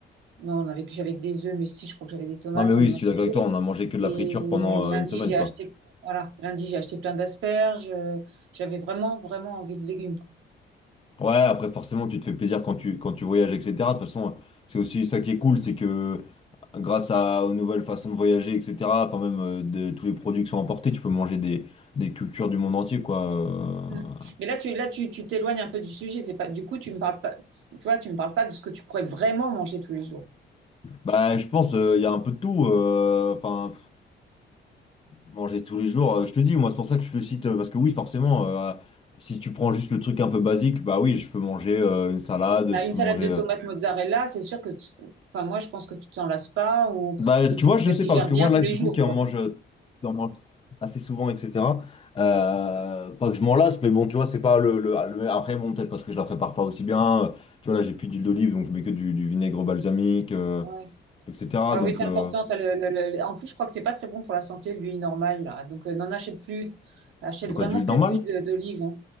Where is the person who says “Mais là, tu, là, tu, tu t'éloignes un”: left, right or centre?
Right